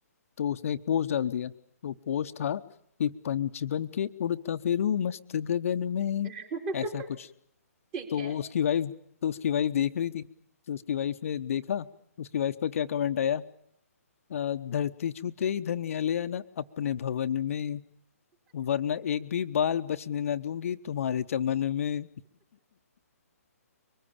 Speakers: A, on the left (about 60°); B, on the right (about 30°).
A: तो उसने एक पोस्ट डाल दिया तो पोस्ट था कि पंच बन के उड़ता फिरू मस्त गगन में
B: <laughs>
A: ऐसा कुछ
B: ठीक
A: तो
B: है
A: वो उसकी वाइफ तो उसकी वाइफ देख रही थी तो उसकी वाइफ ने देखा उसकी वाइफ का क्या कमेंट आया "अ, धरती छूते ही धनिया ले आना अपने भवन में वरना एक भी बाल बचने ना दूंगी तुम्हारे चमन में